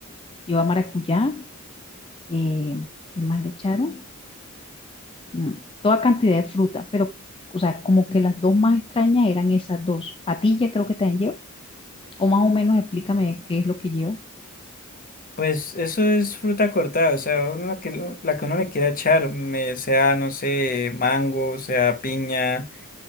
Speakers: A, on the left; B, on the left.
A: lleva maracuyá, eh, ¿qué más le echaron? Mm, toda cantidad de fruta, pero, o sea, como que las dos más extrañas eran esas dos. Patilla creo que también lleva, o más o menos explícame qué es lo que lleva.
B: Pues eso es fruta cortada, o sea, uno la que, la que uno le quiera echar, me- sea, no sé, mango, sea piña.